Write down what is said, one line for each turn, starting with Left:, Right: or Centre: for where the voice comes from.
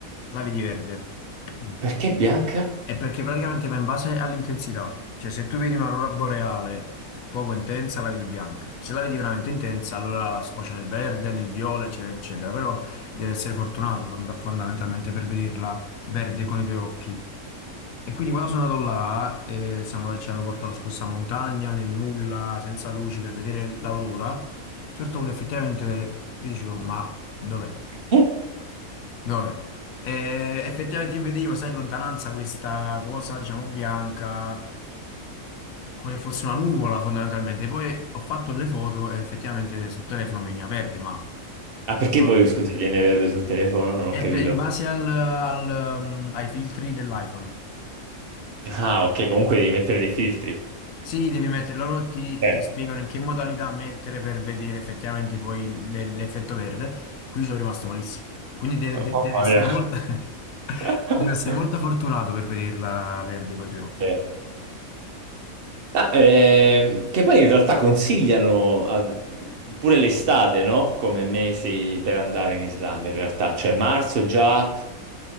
Left: la vedi verde. Mm.
Right: Perché bianca?
Left: È perché praticamente va in base all'intensità. Cioè, se tu vedi un'aurora boreale poco intensa, la vedi bianca. Se la vedi veramente intensa, allora sfocia nel verde, nel viola, eccetera, eccetera. Però devi essere fortunato fond- fondamentalmente per vederla verde con i tuoi occhi. E quindi quando sono andato là, eh, siamo- ci hanno portato su questa montagna, nel nulla, senza luci, per vedere l'aurora. A un certo punto effettivamente io dicevo, ma dov'è?
Right: Eh?
Left: Dove? Eh, effettivamente io vedevo, sai, in lontananza questa cosa, diciamo, bianca, come fosse una nuvola fondamentalmente. Poi ho fatto le foto e effettivamente sul telefono veniva verde, ma
Right: Ah, perché
Left: insomma,
Right: poi, scusa, viene verde sul telefono? Non
Left: è
Right: ho capito.
Left: per- in base al- al, um, ai filtri dell'iPhone.
Right: Ah, ok, comunque devi mettere dei filtri.
Left: Sì, devi mettere, loro ti,
Right: Eh,
Left: ti spiegano in che modalità mettere per vedere effettivamente poi le- l'effetto verde. Qui sono rimasto malissimo. Quindi deve,
Right: mamma
Left: de- deve essere
Right: mia.
Left: molto, <laughs>
Right: <laughs>
Left: deve essere molto fortunato per vederla verde con i tuoi occhi.
Right: Eh. Ah, ehm, che poi in realtà consigliano ad- pure l'estate, no? Come mesi per andare in Islanda, in realtà. Cioè, marzo già